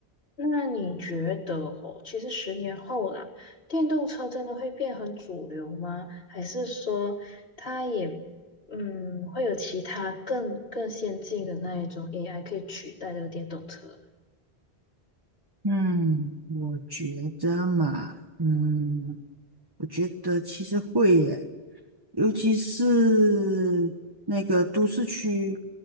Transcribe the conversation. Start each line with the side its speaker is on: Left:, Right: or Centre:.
Left: 那你觉得哦，其实十年后啦，电动车真的会变很主流吗？还是说它也嗯会有其他更更先进的那一种 AI 可以取代这个电动车？
Right: 嗯，我觉得嘛，嗯，我觉得其实会耶，尤其是那个都市区，